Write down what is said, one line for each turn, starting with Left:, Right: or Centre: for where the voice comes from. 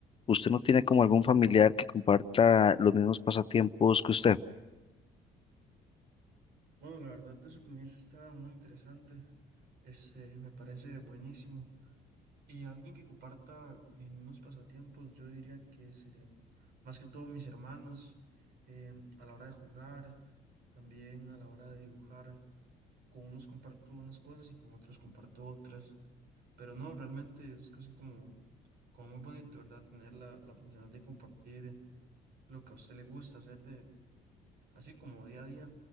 Left: ¿Usted no tiene como algún familiar que comparta los mismos pasatiempos que usted?
Right: Bueno, la verdad de su comienzo está muy interesante. Este, me parece buenísimo. Y alguien que comparta mis mismos pasatiempos, yo diría que sería más que todo mis hermanos, em, a la hora de jugar. También a la hora de dibujar, con unos comparto unas cosas y con otros comparto otras. Pero no, realmente es casi como, como muy bonito, ¿verdad? Tener la, la oportunidad de compartir lo que a usted le gusta hacer de, así como día a día,